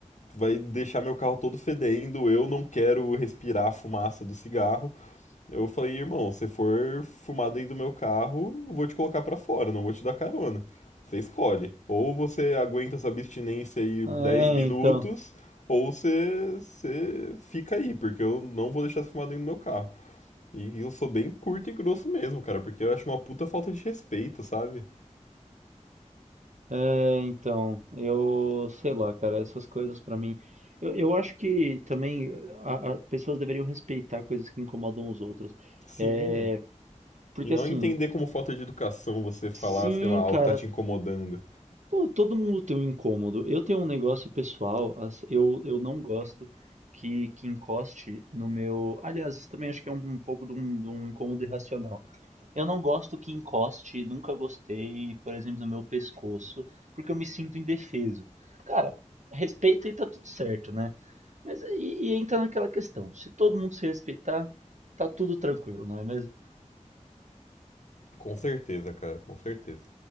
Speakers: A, on the left (about 70°); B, on the right (about 70°).
A: vai deixar meu carro todo fedendo, eu não quero respirar a fumaça do cigarro. Eu falei, irmão, se for fumar dentro do meu carro, eu vou te colocar pra fora, não vou te dar carona. Você escolhe. Ou você aguenta essa abstinência aí
B: É,
A: 10 minutos,
B: então.
A: ou você, você fica aí, porque eu não vou deixar você fumar dentro do meu carro. E eu sou bem curto e grosso mesmo, cara, porque eu acho uma puta falta de respeito, sabe?
B: É, então, eu sei lá, cara, essas coisas pra mim. Eu, eu acho que também a, a- pessoas deveriam respeitar coisas que incomodam os outros.
A: Sim.
B: É, porque
A: E não
B: assim,
A: entender como falta de educação você falar,
B: sim,
A: sei lá, algo
B: cara,
A: que tá te incomodando.
B: pô, todo mundo tem um incômodo. Eu tenho um negócio pessoal, as- eu, eu não gosto que, que encoste no meu. Aliás, isso também acho que é um, um pouco de um, de um incômodo irracional. Eu não gosto que encoste, nunca gostei, por exemplo, do meu pescoço, porque eu me sinto indefeso. Cara, respeita e tá tudo certo, né? Mas aí e entra naquela questão, se todo mundo se respeitar, tá tudo tranquilo, não é mesmo?
A: Com certeza, cara, com certeza.